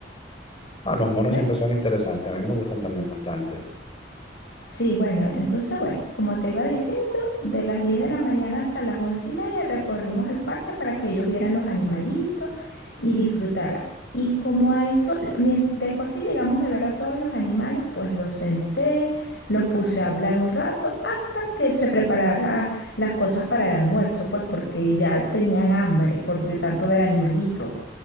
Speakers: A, on the left; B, on the left.
A: Ah, los monos
B: ¿ves?
A: siempre son interesantes, a mí me gustan también bastante.
B: Sí, bueno, entonces, bueno, como te iba diciendo, de las 10 de la mañana hasta las 11 y media recorrimos el parque para que ellos vieran los animalitos y disfrutaran. Y como a eso, mien- después que llegamos de ver a todos los animales, pues los senté, los puse a hablar un rato hasta que se preparara las cosas para el almuerzo, pues porque ya tenían hambre por de tanto ver animalitos.